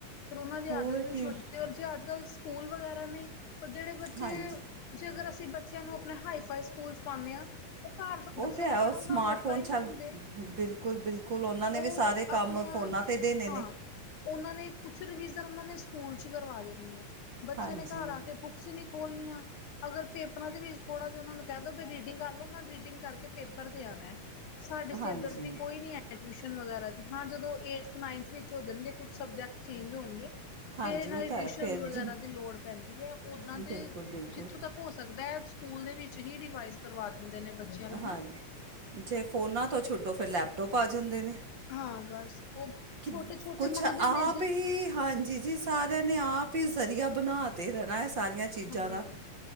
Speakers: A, on the left; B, on the right.
A: ਫਿਰ ਉਹਨਾਂ ਦੀ
B: ਹੋਰ
A: ਆਦਤ ਨ
B: ਕੀ
A: ਛੱਟਦੀ ਜੇ ਅੱਜ ਕੱਲ ਸਕੂਲ ਵਗੈਰਾ ਨੇ ਰ ਜਿਹੜੇ ਬੱਚੇ
B: ਹਾਂਜੀ
A: ਜੇ ਅਗਰ ਅਸੀਂ ਬੱਚਿਆਂ ਨੂੰ ਆਪਣੇ ਹਾਈਫਾਈ ਸਕੂਲ ਚ ਪਾਉਦੇ ਹਾਂ ਉਹ ਘਰ
B: ਉਹ
A: ਬੱਚਿਆਂ
B: ਤੇ
A: ਨੂੰ
B: ਹੈ
A: ਪੜ੍ਹਨ
B: ਉਹ ਸਮਾਰਟਫੋਨ
A: ਦਾ ਮੌਕਾ ਹੀ
B: ਚੱਲ
A: ਨਹੀਂ ਦਿੰਦੇ
B: ਬਿਲਕੁਲ ਬਿਲਕੁਲ ਉਹਨਾਂ ਨੇ
A: ਉਹ
B: ਵੀ ਸਾਰੇ ਕੰਮ
A: ਆਪਣਾ
B: ਫੋਨਾ ਤੇ ਦੇਣੇ
A: ਹਾਂ
B: ਨੇ
A: ਉਹਨਾਂ ਨੇ ਪੁੱਛ ਰਹੀ ਸਰ ਉਹਨਾਂ ਨੇ ਸਕੂਲ ਚ ਕਰਵਾ ਦੇਣੀ ਹੈ ਬੱਚਿਆਂ
B: ਹਾਂਜੀ
A: ਨੇ ਘਰ ਆ ਕੇ ਬੁੱਕਸ ਹੀ ਨੀ ਖੋਲਣੀਆਂ ਅਗਰ ਪੇਪਰਾਂ ਦੇ ਵਿੱਚ ਥੋੜਾ ਜਹਾ ਉਹਨਾ ਨੂੰ ਕਹਿ ਦੋ ਵੀ ਰੀਡਿੰਗ ਕਰ ਲਓ ਰੀਡਿੰਗ ਕਰਕੇ ਪੇਪਰ ਤੇ ਆਉ
B: ਹਾਂਜੀ
A: ਸਿਰ ਦਰਦੀ ਕੋਈ ਨੀ ਹੈ ਟਿਊ ਵਗੈਰਾ ਦੀ ਹਾਂ ਜਦੋਂ ਏਟਥ ਨਾਈਨਥ ਵਿੱਚ ਹੋ ਜਾਣਗੇ ਕੁਛ ਸਬਜੈਕਟ ਚੇਂਜ ਹੋਣਗੇ
B: ਹਾਂਜੀ
A: ਫੇਰ ਇਹਨਾਂ
B: ਉਹ
A: ਦੀ
B: ਤਾਂ ਹੈ
A: ਟਿਊਸ਼ਨ
B: ਫਿਰ
A: ਵਗੈਰਾ
B: ਜਿ-
A: ਦੀ ਲੋੜ ਪੈਂਦੀ ਹੈ ਓਦਾਂ
B: ਬਿਲਕੁਲ
A: ਦੇ
B: ਬਿਲਕੁਲ
A: ਜਿੱਥੋਂ ਤੱਕ ਹੋ ਸਕਦਾ ਹੈ ਸਕੂਲ ਦੇ ਵਿੱਚ ਹੀ ਰਿਵਾਇਜ਼ ਕਰਵਾ ਦਿੰਦੇ ਨੇ ਬੱਚਿਆਂ ਨੂੰ
B: ਹਾਂਜੀ
A: ਨਾ
B: ਜੇ ਫੋਨਾਂ ਤੋਂ ਛੋਡੋ ਫੇਿਰ ਲੈਪਟੋਪ ਆ ਜਾਂਦੇ ਨੇ
A: ਹਾਂ ਬਸ ਉਹ
B: ਕਿ
A: ਛੋਟੇ ਛੋਟੇ
B: ਕੁਛ
A: ਮੰਗਦੇ
B: ਆਪ
A: ਨੇ ਜੀ
B: ਹੀ ਹਾਂਜੀ ਜੀ ਸਾਰਿਆਂ ਨੇ ਆਪ ਹੀ ਜ਼ਰੀਆ ਬਣਾ ਤੇ ਰਹਿਣਾ ਇਹ ਸਾਰੀਆਂ ਚੀਜ਼ਾਂ
A: ਹਾਂ
B: ਦਾ